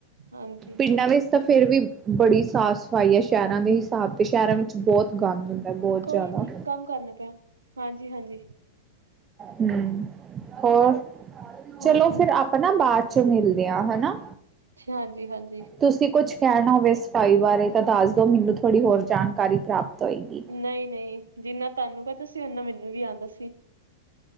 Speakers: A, on the right; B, on the right.
A: ਹਾਂਜੀ
B: ਪਿੰਡਾਂ ਵਿੱਚ ਤਾਂ ਫਿਰ ਵੀ ਬੜੀ ਸਾਫ਼ ਸਫਾਈ ਹੈ, ਸ਼ਹਿਰਾਂ ਦੇ ਹਿਸਾਬ ਤੇ ਸ਼ਹਿਰਾਂ ਵਿੱਚ ਬਹੁਤ ਗੰਦ ਹੁੰਦਾ ਬਹੁਤ
A: ਕੋਈ
B: ਜ਼ਿਆਦਾ
A: ਨੀ ਕੰਮ ਕਰਨਾ ਪਏ ਹਾਂ। ਹਾਂਜੀ- ਹਾਂਜੀ।
B: ਹੂ ਹੋਰ, ਚਲੋ
A: ਵਧੀਆ
B: ਫਿਰ ਆਪ ਆਪਾਂ ਨਾ, ਬਾਅਦ ਚ, ਮਿਲਦੇ ਹਾਂ ਹਨਾ!
A: ਅੱਛਾ, ਹਾਂਜੀ ਹਾਂਜੀ।
B: ਤੁਸੀਂ ਕੁਛ ਕਹਿਣਾ ਹੋਵੇ ਸਫਾਈ ਬਾਰੇ ਤਾਂ ਦੱਸ ਦੋ, ਮੈਨੂੰ ਥੋੜ੍ਹੀ ਹੋਰ ਜਾਣਕਾਰੀ ਪ੍ਰਾਪਤ ਹੋਏਗੀ।
A: ਨੲਈ-ਨਈ ਜਿੰਨਾ ਤਹਾਨੂੰ ਪਤਾ ਸੀ, ਓਨਾ ਮੈਨੂੰ ਵੀ ਆਂਦਾ ਸੀ।